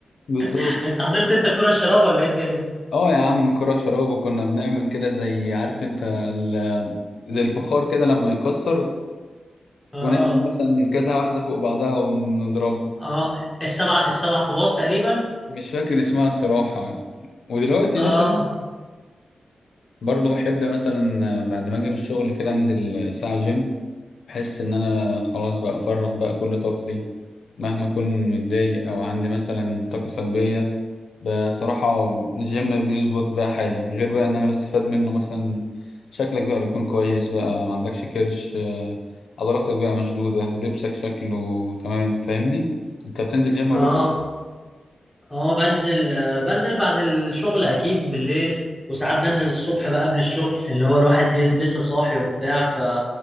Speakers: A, on the left (about 75°); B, in the centre.
A: بالظبط
B: <laughs> انت حضرت انت الكرة الشراب ولا ايه الدنيا
A: اه يا عم الكرة شراب وكنا بنعمل كده زي عارف انت ال... زي الفخار كده لما يكسر
B: اه
A: ونعمل مثلا كذا واحدة فوق بعضها ونضربها
B: اه السبع السبع طوبات تقريبا
A: مش فاكر اسمها صراحة ودلوقتي
B: اه
A: مثلا برضو بحب مثلا بعد ما اجي من الشغل كده انزل ساعة جيم بحس ان انا خلاص بقى افرغ بقى كل طاقتي مهما اكون متضايق او عندي مثلا طاقة سلبية بصراحة الجيم بيظبط بقى حالي غير بقى ان انا بستفاد منه مثلا شكلك بقى بيكون كويس بقى ما عندكش كرش آه، عضلاتك بقى مشدودة لبسك شكله تمام فاهمني انت بتنزل جيم
B: اه
A: برضو
B: اه بنزل آه، بنزل بعد الشغل اكيد بالليل وساعات بنزل الصبح بقى قبل الشغل اللي هو الواحد ي- لسه صاحي وبتاع ف